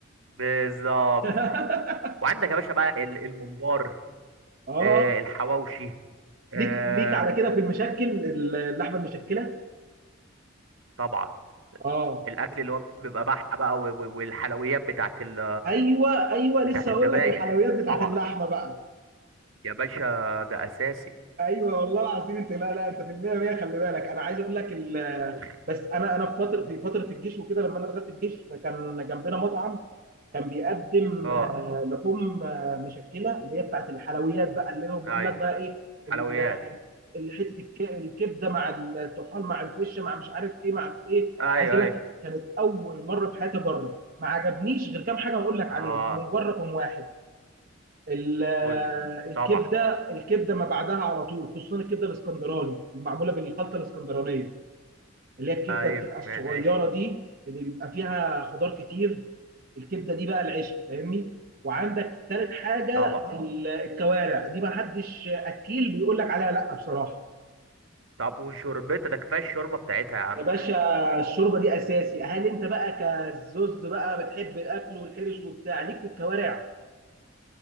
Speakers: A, on the right; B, on the right.
A: بالظبط
B: <laughs>
A: وعندك يا باشا بقى ال- الممبار
B: اه
A: آه، الحواوشي آه،
B: ليك ليك على كده في المشكل اللحمه المشكله
A: طبعا
B: اه
A: الاكل اللي هو بيبقى بحة بقى و- و- والحلويات بتاعت ال
B: ايوه ايوه لسه
A: بتاعت الذبايح
B: هقول لك الحلويات بتاعت
A: طبعا
B: اللحمه بقى
A: يا باشا ده اساسي
B: ايوه والله العظيم انت لا لا انت في المية مية خلي بالك انا عايز اقول لك ال-
A: <laughs> مم.
B: بس انا انا في فتره في فتره الجيش وكده لما انا دخلت الجيش كان جنبنا مطعم كان بيقدم
A: اه
B: آه، لحوم آه، مشكله اللي هي بتاعت الحلويات بقى اللي هو بيقول
A: ايوه
B: لك بقى ايه ال-
A: حلويات
B: ال- حته الك- الكبده مع الطحال مع الفشه مع مش عارف ايه مع ايه
A: ايوه
B: عايز اقول
A: ايوه
B: لك كانت اول مره في حياتي اجرب ما عجبنيش غير كام حاجه هقول لك
A: اه
B: عليهم هم مجرد واحد ال-
A: قول لي
B: الكبده
A: طبعا
B: الكبده ما بعدها على طول خصوصا الكبده الاسكندراني المعموله بالخلطه الاسكندرانيه اللي هي الكبده
A: ايوه
B: بتبقى الصغيره
A: ماشي
B: دي اللي بيبقى فيها خضار كتير الكبده دي بقى العشق فاهمني وعندك تالت حاجه
A: طبعا
B: ال- الكوارع دي ما حدش اكيل بيقول لك عليها لا بصراحه
A: طب وشربتها ده كفايه الشوربه بتاعتها يا عم
B: يا باشا الشوربه دي اساسي هل انت بقى كزوز بقى بتحب الاكل والحرش وبتاع ليك في الكوارع